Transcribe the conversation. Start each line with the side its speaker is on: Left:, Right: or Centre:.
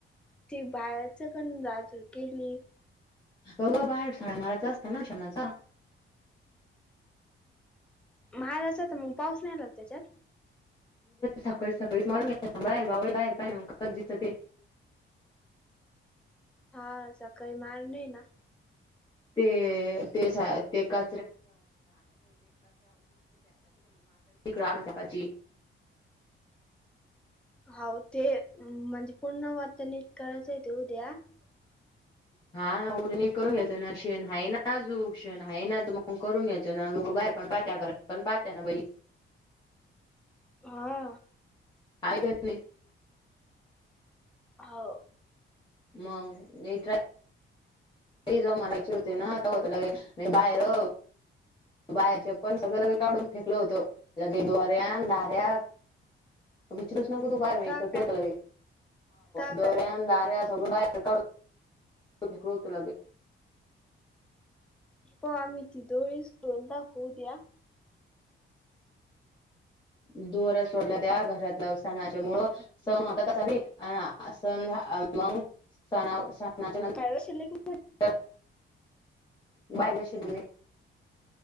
Centre: ती बाहेरच पण जाजू केली
Left: गघ बाहेर साड्या माराचा असतं ना क्षणाचा
Centre: महाडाचा तर मग पाऊस नाही लाग त्याच्यात
Left: सकाळी सकाळीच मारून घ बाहेर बा बाहेर पाहि ना मग कस दिसत ते
Centre: हा सकाळी मारली ना!
Left: <unintelligible> इकड आणून टाकायची.
Centre: <unintelligible>
Left: <unintelligible> <unintelligible>
Centre: हा.
Left: आयकत नाही.
Centre: हो.
Left: मग मी <unintelligible> <unintelligible> विचरूस नक तू बाहेर मिळ
Centre: ता का
Left: खळ
Centre: ता
Left: दोऱ्या
Centre: का
Left: दार्या सगळं बाहेर काढूनेकतगे
Centre: प आम ती दोरीस रता खू द्या
Left: <unintelligible> <unintelligible>
Centre: <unintelligible>
Left: <unintelligible>